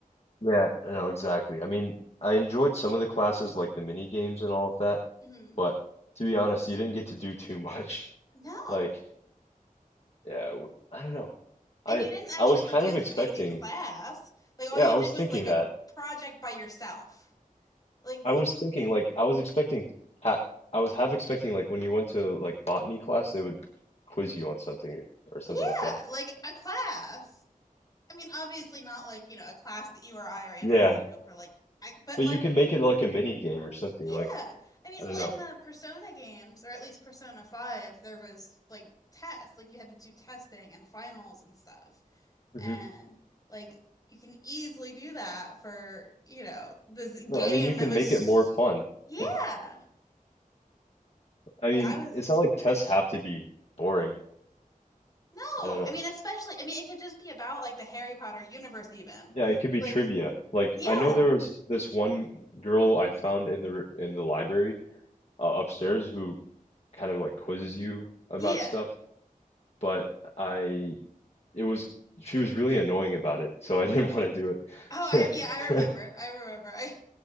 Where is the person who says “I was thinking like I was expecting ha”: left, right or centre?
Left